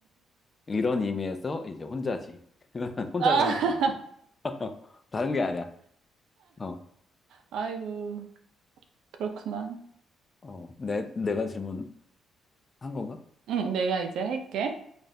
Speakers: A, on the left (about 30°); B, on the right (about 75°).
A: 이런 의미에서 이제 혼자지. <laughs> 혼자를
B: 아,
A: 선택한다니. <laughs> 다른 게 아니야. 어,
B: 아이고. 그렇구나.
A: 어, 내, 내가 질문한 건가?
B: 응, 내가 이제 할게.